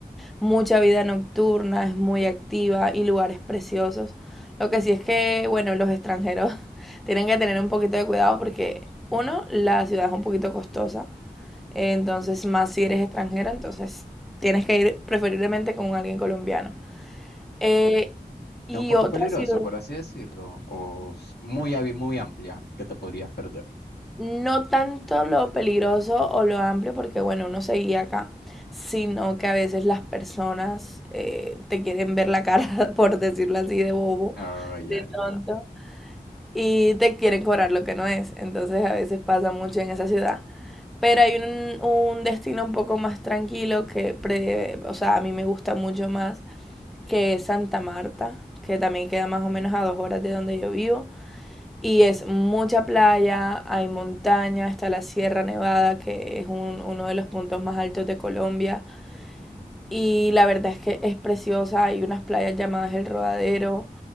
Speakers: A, in the centre; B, on the left.
A: mucha vida nocturna, es muy activa y lugares preciosos. Lo que sí es que, bueno, los extranjeros <laughs> tienen que tener un poquito de cuidado porque, uno, la ciudad es un poquito costosa, eh, entonces más si eres extranjero, entonces tienes que ir preferiblemente con alguien colombiano. Eh, y
B: Es un poco
A: otra
B: peligroso,
A: ciudad...
B: por así decirlo, o s- muy, abi- muy amplia que te podrías perder.
A: No tanto lo peligroso o lo amplio, porque bueno, uno se seguía acá, sino que a veces las personas eh, te quieren ver la cara, <laughs> por decirlo así, de bobo,
B: Ay,
A: de
B: ay,
A: tonto,
B: ay.
A: y te quieren cobrar lo que no es. Entonces a veces pasa mucho en esa ciudad. Pero hay un, un destino un poco más tranquilo que, pre- o sea, a mí me gusta mucho más, que es Santa Marta, que también queda más o menos a dos horas de donde yo vivo. Y es mucha playa, hay montaña, está la Sierra Nevada, que es un- uno de los puntos más altos de Colombia. Y la verdad es que es preciosa, hay unas playas llamadas El Rodadero.